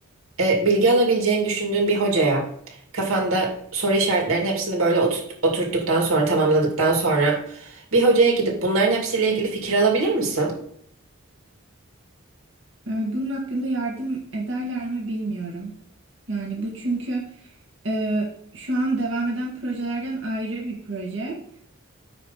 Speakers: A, on the right; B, on the right.
A: e, bilgi alabileceğini düşündüğün bir hocaya kafanda soru işaretlerinin hepsini böyle oturt- oturttuktan sonra tamamladıktan sonra bir hocaya gidip bunların hepsiyle ilgili fikir alabilir misin?
B: Ee, Bunun hakkında yardım ederler mi bilmiyorum. Yani bu çünkü e, şu an devam eden projelerden ayrı bir proje.